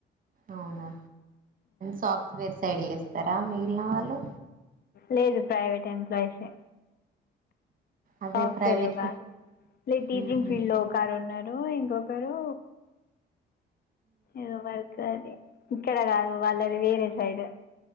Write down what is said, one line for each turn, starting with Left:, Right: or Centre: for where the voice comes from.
Right: అవునా సాఫ్ట్వేర్స్ సైడ్ చేస్తారా మిగిలిన వాళ్ళు
Left: లేదు ప్రైవేట్ ఎంప్లాయిసే
Right: అదే
Left: సాఫ్ట్వేర్
Right: ప్రైవేట్
Left: లో కాదు లే టీచింగ్
Right: ఉహు
Left: ఫీల్డ్ లో ఒకారు ఉన్నారు ఇంకొక కొకరు ఎదో వర్క్ అది ఇక్కడ కాదు వాళ్ళది వేరే సైడ్